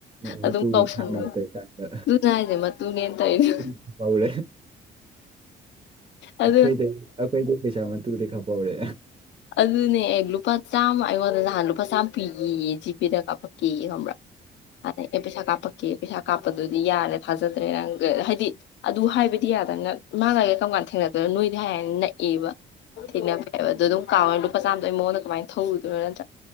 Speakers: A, on the right (about 25°); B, on the left (about 70°).
A: ꯃꯇꯨꯒꯤ
B: ꯑꯗꯨꯝ ꯀꯥꯎꯁꯟꯅꯩ
A: ꯊꯥꯛꯅꯕ ꯇꯧꯏꯀꯥꯟꯗ
B: ꯑꯗꯨꯅ ꯍꯥꯏꯁꯦ ꯃꯇꯨꯅꯦꯅ ꯇꯧꯔꯤꯗꯣ
A: ꯑꯈꯣꯢꯗꯤ ꯄꯧꯔꯦ
B: ꯑꯗꯨ
A: ꯑꯩꯈꯣꯏꯗꯤ ꯑꯩꯈꯣꯏꯗꯤ ꯄꯩꯁꯥ ꯃꯇꯨꯗꯩ ꯈꯞꯄꯧꯔꯦ
B: ꯑꯗꯨꯅꯦ ꯑꯦ ꯂꯨꯄꯥ ꯆꯥꯝꯃ ꯑꯩꯉꯣꯟꯗ ꯅꯍꯥꯟ ꯂꯨꯄꯥ ꯆꯥꯝꯃ ꯄꯤꯒꯦꯌꯦ ꯖꯤꯄꯦꯗ ꯀꯥꯞꯄꯛꯀꯦ ꯈꯪꯕ꯭ꯔꯥ ꯑꯗ ꯑꯦ ꯄꯩꯁ ꯀꯥꯞꯄꯛ ꯑꯣꯀꯦ ꯄꯩꯁꯥ ꯀꯥꯞꯄꯗꯨꯗꯤ ꯌꯥꯔꯦ ꯊꯥꯖꯗ꯭ꯔꯦ ꯅꯪ ꯍꯥꯏꯗꯤ ꯑꯗꯨ ꯍꯥꯏꯕꯗꯤ ꯌꯥꯗꯝꯅꯤꯅ ꯃꯥꯛ ꯑꯩꯒ ꯀꯔꯝ ꯀꯥꯟꯗ ꯊꯦꯡꯅꯗꯣꯏꯅꯣ ꯅꯣꯏꯗꯤ ꯍꯥꯏ ꯍꯥꯢꯅ ꯅꯛꯑꯦꯕ ꯊꯦꯡꯅꯕꯩ ꯑꯗꯣ ꯑꯗꯨꯝ ꯀꯥꯎꯋꯦ ꯂꯨꯄꯥ ꯆꯥꯃꯗꯣ ꯑꯩ ꯃꯥꯉꯣꯟꯗ ꯀꯃꯥꯏ ꯊꯧꯔꯨꯗꯣꯏꯅ